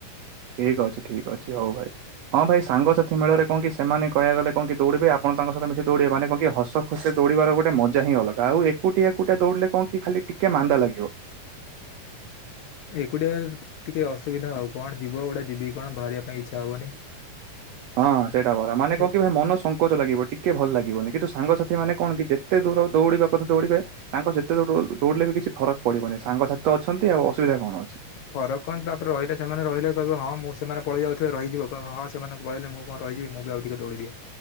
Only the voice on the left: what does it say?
ଏକୁଟଆ ଟିକେ ଅସୁବିଧା ହଉ କଣ ଯିବ ଗଉଟା ଯିବି କଣ ବାହାରିବା ପାଇଁ ଇଚ୍ଛା ହବନି।
ସେ
ଫରକ କଣ ତାପରେ ରହିଲେ ସେମାନେ ରହିଲେ କହିବ ହଁ ମୁଁ ସେମାନେ ପଳେଇ ଯାଉଥିବେ ରହିଯିବ ହଁ। ସେମାନଙ୍କୁହଲେ ମୁଁ କଣ ରହିିବ ମୁଁ ଆଉ ଟିକେ ଦୋଡ଼ିଦିଏ।